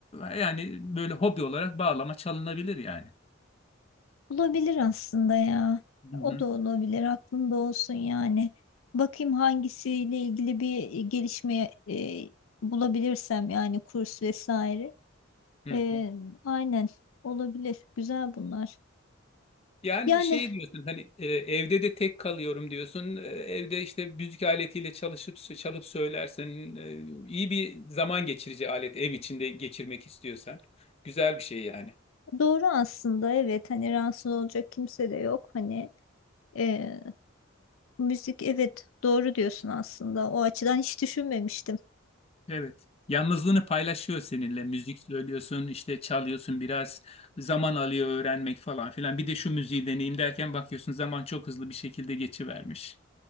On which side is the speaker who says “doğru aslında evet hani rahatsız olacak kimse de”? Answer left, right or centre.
Left